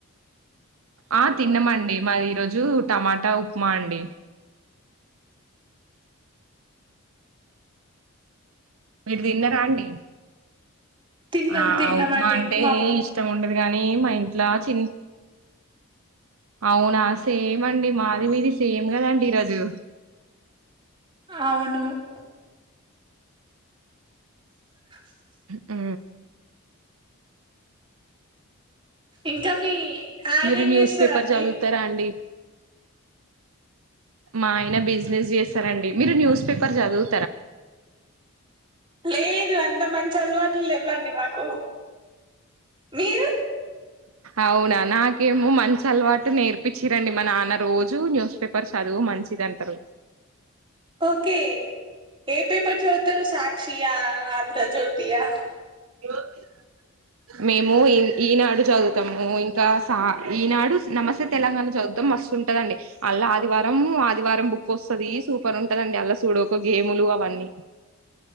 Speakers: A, on the right (about 75°); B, on the right (about 20°).
A: ఆ తిన్నామండి మారి ఈరోోజు టమాటా ఉప్మా అండి మీరు తిన్నరా అండి
B: తిన్నాం
A: ఆ
B: తిన్నామండి
A: ఉప్మా అంటే
B: మాది
A: ఇష్టం ఉండది కానీ మా ఇంట్లా చి అవునా సేమ్ అండి మాది మీది సేమ్ కదండి ఈరోజు
B: అవును <inaudible> <inaudible>
A: ఆ
B: ఇంకా మీ ఆయన
A: మీరు
B: ఏం
A: న్యూస్
B: చేస్తారండి
A: పేపర్ చదువుతారా అండి మా ఆయన బిజినెస్ చేస్తరండి మీరు న్యూస్ పేపర్ చదువు
B: లేదు అ అంత మంచి అలవాట్లు లెవ్వండి మాకు మీరు
A: అవునా నాకేమో మంచి అలవాటు నేర్పిచ్చిరండి మా నాన్న రోజు న్యూస్ పేపర్ చదువు మంచిదంటరు.
B: ఒకే ఏ పేపర్ చదుతారు సాక్షియా ఆంధ్రజ్యోతియా
A: ఏమైనా చేయని జోక్స్ మేము ఈ ఈనాడు చదువుతాము, ఇంకా సా ఈనాడు, నమస్తే తెలంగాణ చదువుతాం మస్తు ఉంటదండి, అల్లా ఆదివారం ఆదివారం బుక్ వస్తుంది సూపర్ ఉంటదండి అల్లా సూడొకొ గేములు అవన్నీ